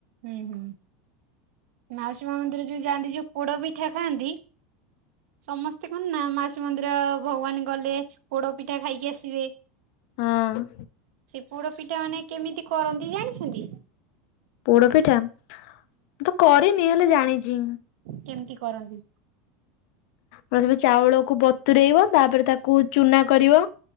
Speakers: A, on the right; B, on the left.
A: ହୁଁ ହୁଁ। ମାଉସୀ ମା ମନ୍ଦିର ଯୋଉ ଯାଆନ୍ତି ଯୋଉ ପୋଡ ପିଠା ଖାଆନ୍ତି ସମସ୍ତେ କହନ୍ତି ନା ମାଉସି ମନ୍ଦିର ଭଗବାନ ଗଲେ ପୋଡ ପିଠା ଖାଇକି ଆସିବେ।
B: ହଁ।
A: ସେ ପୋଡ ପିଠା ମାନେ କେମିତି କରନ୍ତି ଜାଣିଛନ୍ତି?
B: ପୋଡ ପିଠା? ମୁଁ ତ କରିନି ହେଲେ ଜାଣିଛି।
A: କେମତି କରନ୍ତି?
B: ପ୍ରଥମେ ଚାଉଳକୁ ବତୁରେଇବ ତାପରେ ତାକୁ ଚୁନା କରିବ।